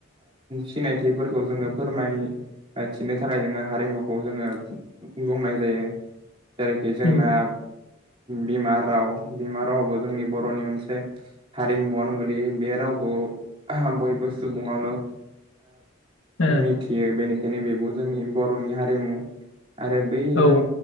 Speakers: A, on the right; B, on the left.
A: सिनायथिफोरखौ जोङो फोरमाय- थिनो थाखाय जोङो हारिमुखौ जोङो बुंनाय जायो जेरैखि जोंना
B: उम
A: बिमा राव बिमा रावाबो जोंनि बर'नि मोनसे हारिमुवानो गोलैयो बे रावखौ बयबो सुबुङानो
B: ओ
A: मिथियो बेनिखायनो बेबो जोंनि बर'नि हारिमु आरो बैजों
B: औ